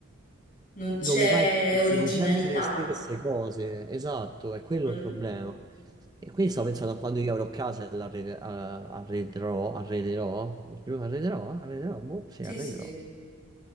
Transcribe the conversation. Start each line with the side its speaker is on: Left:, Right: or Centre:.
Left: non c'è
Right: dove vai
Left: originalità.
Right: trovi sempre le stesse cose, esatto, è quello
Left: non-
Right: il problema. E quindi stavo
Left: mm,
Right: pensando a quando io avrò casa e l'arrede- a- arrederò, arrederò, giù, arrederò, arrederò, boh, sì,
Left: Sì,
Right: arrederò,
Left: sì.